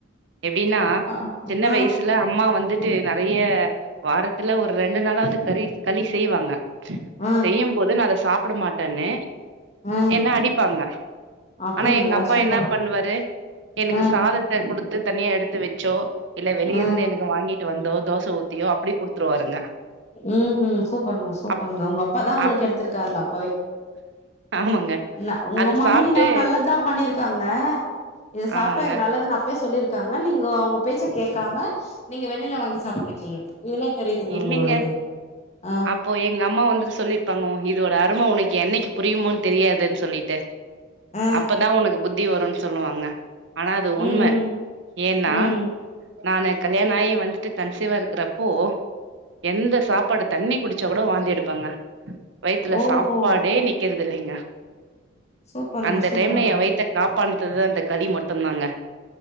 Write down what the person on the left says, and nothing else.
அ
ஆ
ஆ
ஆ
அப்டிங்களா
சூப்பருங்க
ஆ
ஆ
ம் ம் சூப்பருங்க சூப்பருங்க
உங்க அப்பா தா உங்கள
கெடுத்திருக்காங்க அப்பவே
ந உங்க
மம்மி
என்னவோ நல்லதுதா பண்ணிருக்காங்க இத சாப்பிட்டா
இது நல்லதுன்னு சொல்லிருக்காங்க நீங்க அவங்க பேச்ச கேட்காம நீங்க வெளில வாங்கி சாப்ட்டிருக்கீங்க இதுலே தெரியுதுங்க
உங்களோட ஆ
ஆ
ம் ம்
ம்
ஓஹோ
சூப்பருங்க
சூப்பருங்க